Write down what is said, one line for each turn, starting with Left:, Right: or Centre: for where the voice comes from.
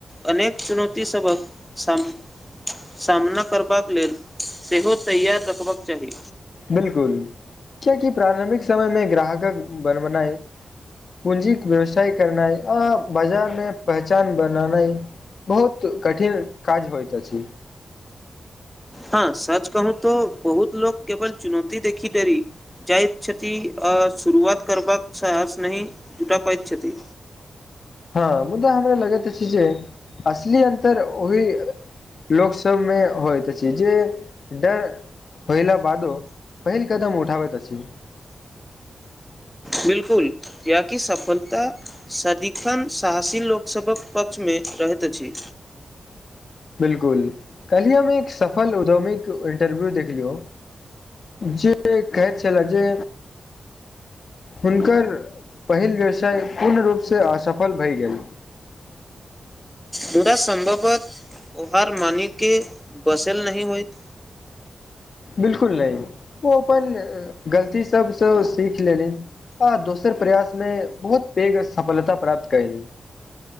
Centre: अनेक चुनौतीसभक साम्हा सामना करबाक लेल सेहो तैयार रखबाक चाही
Left: बिल्कुल, किएकी प्रारम्भिक समयमे ग्राहक क बनाये पूँजीके व्यवसाय करनाइ आ बाजारमे पहचान बननाइ। बहुत कठिन काज होइत अछि
Centre: हँ सच कहू तऽ बहुत लोक केवल चुनौती देखि डरी जाइत छथि अ शुरुआत करबाक साहस नहि जुटा पाय छथि
Left: हँ, मुदा हमरा लगैत अछि जे असली अन्तर ओही। लोक सबमे होइतइत छै जे डर होइला भादो पहिल कदम उठाबैत अछि
Centre: बिलकुल य कि सफलता सदिखन साहसी लोकसभक पक्षमे रहैत अछि
Left: बिल्कुल, काल्हि हम एक सफल उद्यमीक इंटरव्यू देखलियौ। जे कहै छलए जे हुनकर पहिल व्यवसाय पूर्ण रूपसँ असफल भऽ गेल।
Centre: मुदा सम्भवतः ओ हारि मानिके बैसल नहि होइत।
Left: बिल्कुल नहि, ओ अपन गलतीसभसँ सीख लेली। आ दोसर प्रयासमें बहुत बेेघ सफलता प्राप्त करैल